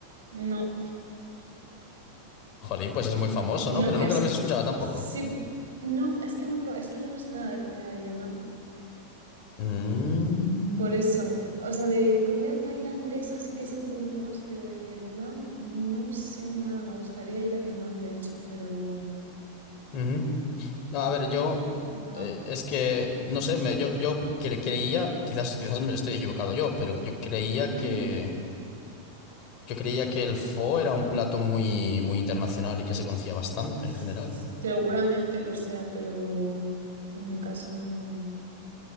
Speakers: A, on the right; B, on the left.
A: No.
B: Jolín, pues es muy famoso,
A: No,
B: ¿no? Pero
A: es
B: nunca lo habías
A: que
B: escuchado tampoco.
A: sí, no, es que no, pero es que yo no sé nada de comida de Vietnam.
B: Mm,
A: Por eso, o sea, de comida tailandesa sí que sé un poquito más, pero de Vietnam no sé nada. Me gustaría ir a Vietnam, de hecho, pero,
B: ujú. No, a ver, yo
A: pero no.
B: eh, es que no sé, me, yo, yo cre- creía, quizás, quizás me estoy equivocado yo, pero yo creía que
A: Ujú.
B: yo creía que el pho era un plato muy, muy internacional y que se conocía bastante
A: Seguramente
B: en general.
A: lo sea, pero en mi caso no.